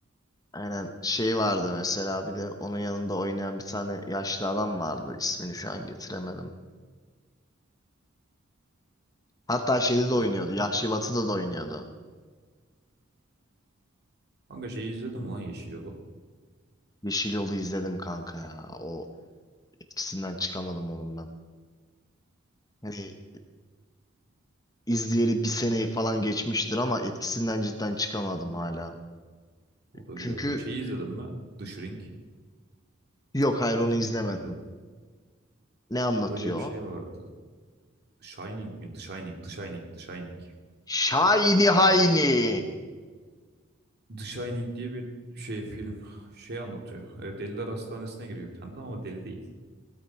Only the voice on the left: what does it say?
Aynen şey vardı mesela bir de onun yanında oynayan bir tane yaşlı adam vardı. İsmini şu an getiremedim. Hatta şeyde de
oynuyordu. Yahşi Batı'da da oynuyordu.
Yeşil Yol'u izledim kanka ya. O etkisinden çıkamadım onun ben. Hani izleyeli bir seneyi falan geçmiştir ama etkisinden cidden çıkamadım hala.
Çünkü
yok hayır onu
izlemedim.
Ne anlatıyor?
o?
Şahini Hayni.